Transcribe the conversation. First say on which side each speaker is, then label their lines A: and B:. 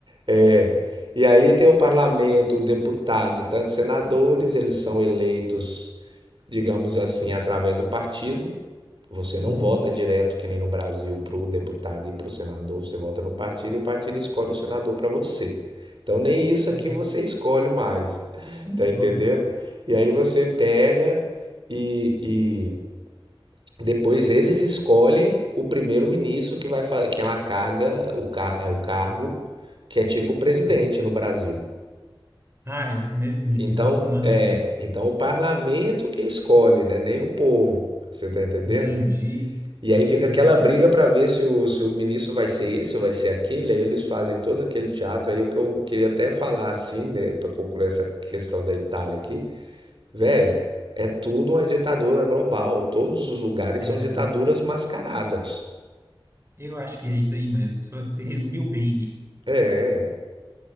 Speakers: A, on the right; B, on the right.
A: É. E aí tem o parlamento, o deputado e tantos senadores, eles são eleitos, digamos assim, através do partido. Você
B: Uhum.
A: não vota direto, que nem no Brasil, para o deputado e para o senador, você vota no partido e o partido escolhe o senador para você. Então nem isso
B: Uhum.
A: aqui você escolhe mais, tá
B: Louco.
A: entendendo? E aí você pega e, e depois eles escolhem o primeiro-ministro que vai fa- que é uma carga, o, ca- é o cargo que é tipo presidente
B: Ah,
A: no Brasil.
B: Ah, é o primeiro-ministro,
A: Então,
B: então, que comanda
A: é,
B: tudo.
A: então o parlamento que escolhe, né? Nem o povo. Você tá entendendo?
B: Entendi.
A: E aí
B: Entendi.
A: fica aquela briga para ver se o, se o ministro vai ser esse ou vai ser aquele. Aí eles fazem todo aquele teatro. Aí o que eu queria até falar assim, né, para concluir essa questão da Itália aqui, velho, é tudo uma ditadura global. Todos os lugares
B: É,
A: são ditaduras
B: né?
A: mascaradas.
B: Eu acho que é isso aí mesmo. Você resumiu bem isso.
A: É,